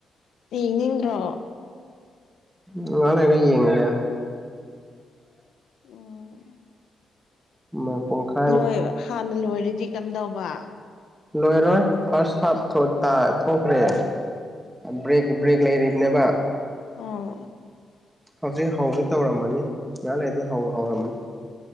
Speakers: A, on the left; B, in the centre.
A: ꯌꯦꯡꯅꯤꯡꯗ꯭ꯔꯣ
B: ꯉꯍꯥꯀ ꯂꯩꯔꯒ ꯌꯦꯉꯒꯦ
A: ꯎꯝ
B: ꯃꯄꯨꯉꯈꯥꯏ
A: ꯂꯣꯏꯕ ꯍꯥꯟꯅ ꯂꯣꯏꯔꯗꯤ ꯀꯝ ꯇꯧꯕ
B: ꯂꯣꯏꯔꯣꯏ ꯐꯥꯔꯁ ꯍꯥꯞ ꯊꫭꯛꯇ ꯊꯣꯛꯈ꯭ꯔꯦ ꯕ꯭ꯔꯦꯛ ꯕ꯭ꯔꯦꯛ ꯂꯩꯔꯤꯕ ꯃꯤꯅꯕꯥꯕ
A: ꯑꯥ
B: ꯍꯧꯖꯤꯛ ꯍꯧꯒꯦ ꯇꯧꯔꯝꯃꯅꯤ ꯉꯥꯏꯍꯥꯛ ꯂꯩꯗꯤ ꯍꯧ ꯍꯧꯔꯝꯃꯅꯤ